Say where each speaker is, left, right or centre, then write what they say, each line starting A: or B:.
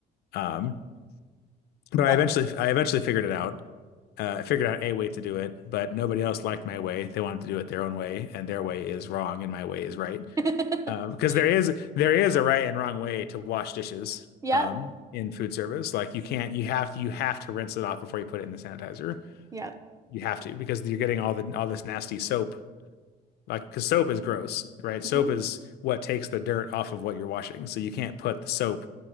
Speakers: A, on the left; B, on the right.
A: Um, but
B: Well.
A: I eventually I eventually figured it out. Uh, I figured out a way to do it, but nobody else liked my way. They wanted to do it their own way, and their way is wrong, and my way is right.
B: <laughs>
A: Um, because there is there is a right and wrong way to wash dishes
B: Yep.
A: um, in food service. Like you can't you have to you have to rinse it off before you put it in the sanitizer.
B: Yep.
A: You have to because you're getting all the all this nasty soap. Like because soap is gross, right? Soap
B: Mhm.
A: is what takes the dirt off of what you're washing. So you can't put the soap